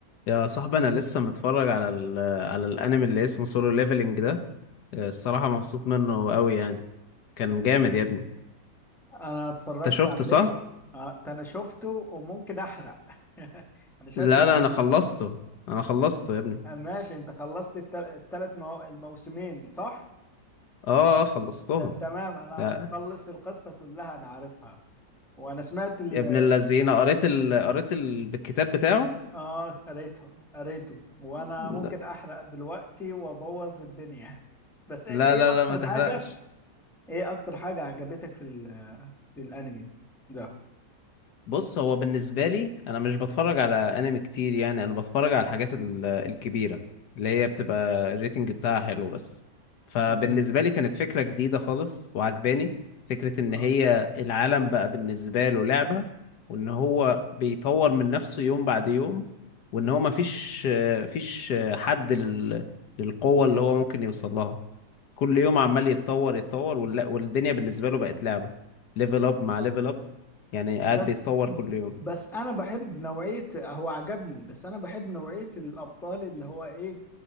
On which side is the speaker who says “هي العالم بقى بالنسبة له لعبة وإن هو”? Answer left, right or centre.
Left